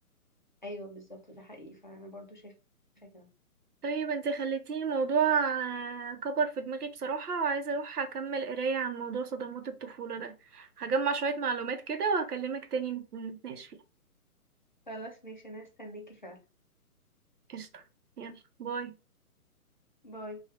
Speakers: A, on the left; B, on the right.
A: ايوه بالظبط ده حقيقي فانا برضو شايفة كده
B: طيب انت خليتيني الموضوع آه، كبر في دماغي بصراحة وعايزة اروح اكمل قراية عن موضوع صدمات الطفولة ده هجمع شوية معلومات كده وهكلمك تاني نت- نتناقش فيها
A: خلاص ماشي انا هستناكي فعلا
B: قشطة يلا باي
A: باي